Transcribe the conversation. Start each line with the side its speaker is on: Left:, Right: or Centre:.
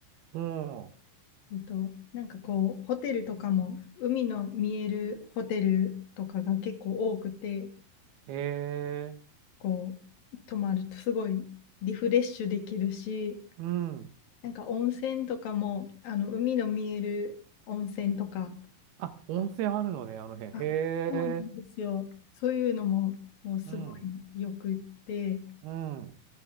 Right: も
Left: えっと、なんかこう、ホテルとかも、海の見えるホテルとかが結構多くて、
Right: う、へえ、
Left: こう、泊まるとすごいリフレッシュできるし、
Right: うん。
Left: なんか温泉とかも、あの、海の見える温泉とか、
Right: あ、温泉あるのね、あの辺。
Left: あそうなんですよ。
Right: へえ、
Left: そういうのも、もうすごいよくって、
Right: うん。うん。